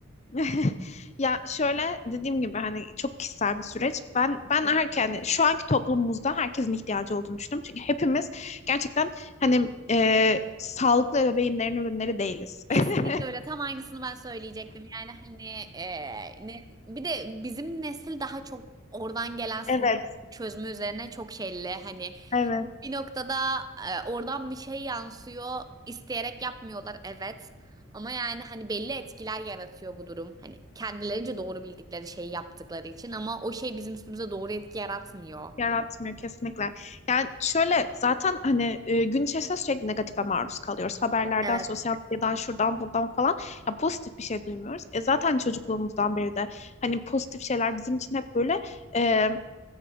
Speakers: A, on the left; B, on the right.
A: <laughs> Ya şöyle dediğim gibi hani çok kişisel bir süreç. Ben ben
B: <laughs>
A: erken yani şu anki toplumumuzda herkesin ihtiyacı olduğunu düşünüyorum. Çünkü hepimiz gerçekten hani e, sağlıklı ebeveynlerin ürünleri değiliz.
B: Kesinlikle
A: <laughs>
B: öyle. Tam aynısını ben söyleyecektim. Yani hani e, ne, bir de bizim nesil daha çok oradan gelen sorun
A: Evet,
B: çözme üzerine çok şeyli hani
A: evet.
B: Bir noktada e, oradan bir şey yansıyor. İsteyerek yapmıyorlar evet. Ama yani hani belli etkiler yaratıyor bu durum. Hani kendilerince doğru bildikleri şeyi yaptıkları için ama o şey bizim üstümüze doğru etki yaratmıyor.
A: Yaratmıyor kesinlikle. Yani şöyle zaten hani e, gün içerisinde sürekli negatife maruz kalıyoruz. Haberlerden,
B: Evet.
A: sosyal medyadan, şuradan, buradan falan. Ya pozitif bir şey duymuyoruz. E zaten çocukluğumuzdan beri de hani pozitif şeyler bizim için hep böyle e,